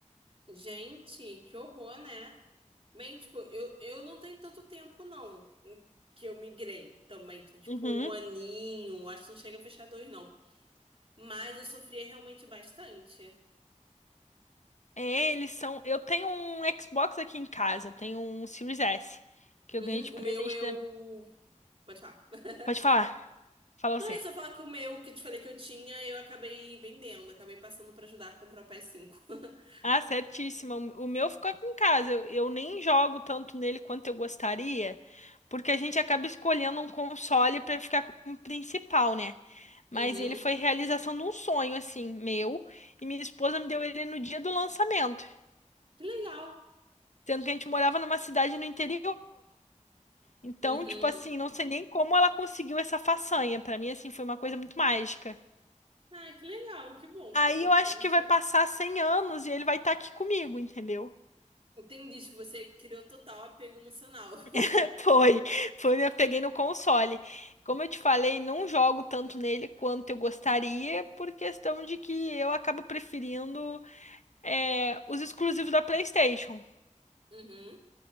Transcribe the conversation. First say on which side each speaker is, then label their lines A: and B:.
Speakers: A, on the right; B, on the left.
A: Gente, que horror, né? Bem, tipo, eu, eu não tenho tanto tempo, não, em que eu migrei também. Tem, tipo,
B: Uhum.
A: um aninho, acho que não chega a fechar dois, não. Mas eu sofria realmente bastante.
B: Eles são. Eu tenho um Xbox aqui em casa, tenho um Series S, que
A: Uhum,
B: eu ganhei de presente
A: o meu, eu...
B: da.
A: Pode falar. <laughs>
B: Pode falar, fala
A: Não,
B: você.
A: é só falar que o meu, que eu te falei que eu tinha, eu acabei vendendo. Acabei passando pra ajudar a comprar o PS5. <laughs>
B: Ah, certíssima. O o meu ficou aqui em casa. Eu, eu nem jogo tanto nele quanto eu gostaria, porque a gente acaba escolhendo um console pra ficar como principal, né? Mas
A: Uhum,
B: ele foi realização de um sonho, assim, meu, e minha esposa me deu ele no dia do lançamento,
A: que legal.
B: sendo que a gente morava numa cidade no interior. Então,
A: Uhum.
B: tipo assim, não sei nem como ela conseguiu essa façanha. Pra mim, assim, foi uma coisa muito mágica.
A: Ah, que legal, que bom, fico
B: Aí
A: contente.
B: eu acho que vai passar 100 anos e ele vai estar aqui comigo, entendeu?
A: Entendi, tipo, você criou total apego emocional. <laughs>
B: <laughs> Foi, foi, eu peguei no console. Como eu te falei, não jogo tanto nele quanto eu gostaria, por questão de que eu acabo preferindo é, os exclusivos da PlayStation.
A: Uhum,